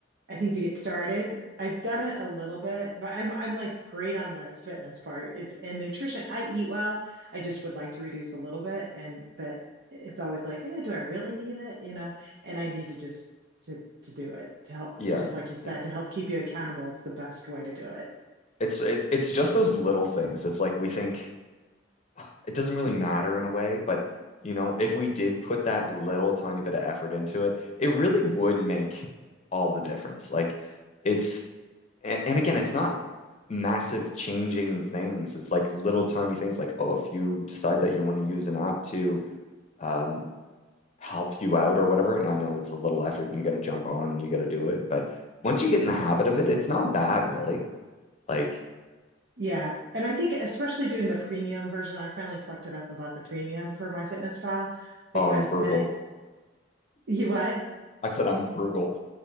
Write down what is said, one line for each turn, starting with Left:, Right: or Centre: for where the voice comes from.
Right: I think, to get started. I've done it a little bit, but I'm I'm like great on the fitness part. It's and nutrition. I eat well. I just would like to reduce a little bit and but it's always like, eh, do I really need it? You know, and I need to just to to do it to help
Left: yeah,
Right: just like you said,
Left: yeah.
Right: to help keep you accountable. It's the best way to do it.
Left: It's it, it's just those little things. It's like we think <sighs> it doesn't really matter in a way, but you know, if we did put that little tiny bit of effort into it, it really would make all the difference. Like it's, a- and again, it's not massive changing things. It's like little tiny things like, oh, if you decide that you want to use an app to, um, help you out or whatever. And I know it's a little effort and you got to jump on and you got to do it. But once you get in the habit of it, it's not bad, really. Like,
Right: Yeah. And I think especially doing the premium version, I finally sucked it up and bought the premium for my fitness pal because
Left: oh, I'm frugal.
Right: then you what?
Left: I said I'm frugal.